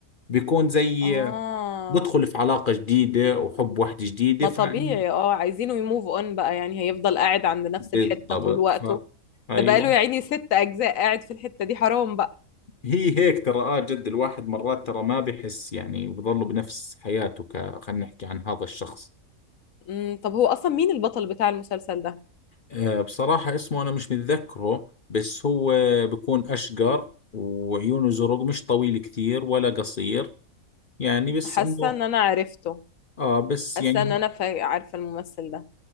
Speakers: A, on the left; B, on the left.
A: بيكون زي
B: اه
A: بدخل في علاقة جديدة وحب واحدة جديدة
B: ما
A: فإن
B: طبيعي اه عايزينه يموف اون بقى يعني هيفضل قاعد عند نفس
A: بالضبط
B: الحتة طول وقته
A: ف... ايوه
B: ده بقاله يا عيني ست اجزاء قاعد في الحتة دي حرام بقى
A: هي هيك ترى اه جد الواحد مرات ترى ما بحس يعني وبضله بنفس حياته ك خلينا نحكي عن هذا الشخص
B: امم طب هو اصلا مين البطل بتاع المسلسل ده
A: آه، بصراحة اسمه أنا مش متذكره بس هو بكون أشقر وعيونه زرق مش طويل كثير ولا قصير يعني بس
B: حاسة
A: إنه
B: ان انا عرفته
A: آه بس
B: حاسة
A: يعني
B: ان
A: هو
B: انا فا- عارفة الممثل ده